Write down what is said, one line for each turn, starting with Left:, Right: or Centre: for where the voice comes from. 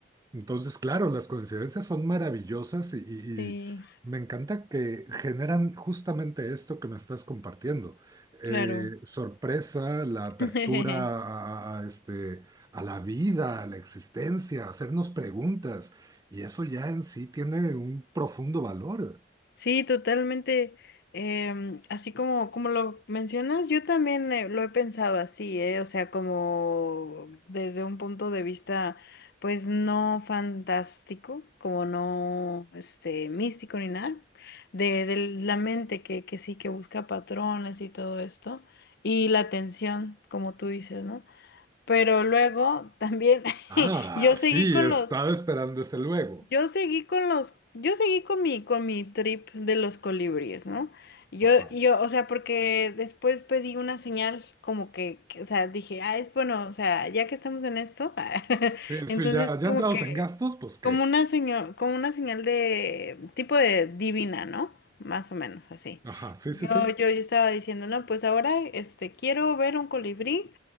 Right: entonces, claro, las coincidencias son maravillosas y, y-
Left: Sí,
Right: y me encanta que generan justamente esto que me estás compartiendo.
Left: claro.
Right: Eh, sorpresa, la
Left: <laughs>
Right: apertura a, a- a, este, a la vida, a la existencia, hacernos preguntas. Y eso ya en sí tiene un profundo valor.
Left: Sí, totalmente. em, así como, como lo mencionas, yo también eh, lo he pensado así, ¿eh? O sea, como desde un punto de vista, pues no fantástico, como no, este, místico ni nada, de, de la mente que, que sí, que busca patrones y todo esto, y la atención, como tú dices, ¿no? Pero luego también
Right: Ah,
Left: <laughs> yo seguí
Right: sí,
Left: con
Right: estaba
Left: los...
Right: esperando ese luego.
Left: Yo seguí con los, yo seguí con mi, con mi trip de los colibríes, ¿no? Yo,
Right: Ajá.
Left: yo, o sea, porque después pedí una señal como que, que, o sea, dije, ah, es bueno, o sea, ya que estamos en esto, <laughs>
Right: Sí,
Left: entonces
Right: sí, ya, ya
Left: como
Right: entrados
Left: que,
Right: en gastos, pues qué.
Left: como una señal, como una señal de tipo de divina, ¿no? Más o menos así.
Right: Ajá, sí,
Left: Yo,
Right: sí, sí.
Left: yo, yo estaba diciendo, no, pues ahora, este, quiero ver un colibrí